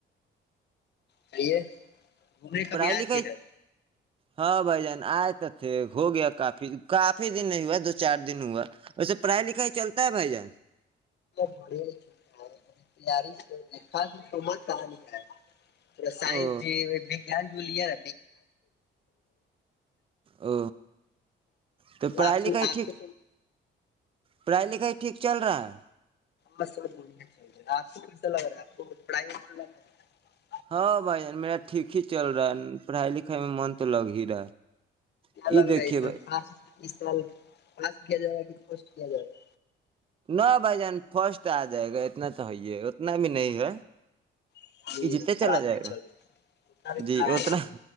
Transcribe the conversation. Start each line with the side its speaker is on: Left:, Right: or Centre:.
Left: کرئیے گھومنے کبھی
Right: پڑھائی
Left: آئے
Right: لکھائی
Left: تھے ادھر
Right: ہاں بھائی جان آئے تو تھے ہو گیا کافی کافی دن نہیں ہوا دو چار دن ہوا ویسے پڑھائی لکھائی چلتا ہے بھائی جان
Left: بڑ چ تیاری س خا میں سمج ک نہیں آ پا سائنس
Right: او
Left: دی جان جوولی ان
Right: ا تو پڑھائی
Left: آپ کو
Right: لکھائی
Left: آپ
Right: ٹھیک
Left: کو
Right: پڑھائی لکھائی ٹھیک چل رہا ہے
Left: بس سب بول چ رہے ہے آپ کو کیسا لگ رہا ہے آپ کو پڑھائی میں ب لگ رہا ہے
Right: ہاں بھائی جان میرا ٹھیک ہی چل رہا ہے پڑھائی لکھائی میں من تو لگ ہی رہ ہے
Left: لگ
Right: یہ دیکھیے
Left: رہائی سپا
Right: بھائی
Left: اس سال پس کیا جائے گا کہ فسٹ کیا جائے گا
Right: نہ بھائی جان فرسٹ آ جائے گا اتنا تو ہے ہے اتنا بھی نہیں ہے
Left: گا
Right: یہ جتنے
Left: خراب
Right: چلا جائے
Left: نہیں
Right: گا
Left: چل رہا اتنا بھی
Right: جی
Left: خراب نہیں
Right: اتنا